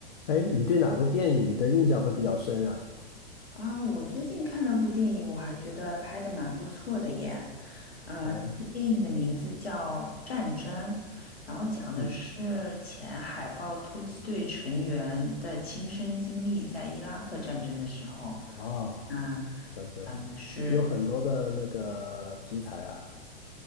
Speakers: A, on the left (about 70°); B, on the left (about 90°).
A: 哎，你对哪部电影的印象会比较深啊？
B: 啊，我最近看了部电影，我还觉得拍的蛮不错的耶。啊，
A: 哦，
B: 这个电影的名字叫《战争》，然后讲的是前海豹突击队成员的亲身经历，
A: 嗯，
B: 在伊拉克战争的时候。
A: 啊，
B: 啊，
A: 战争
B: 讲的是。
A: 有很多的那个题材啊。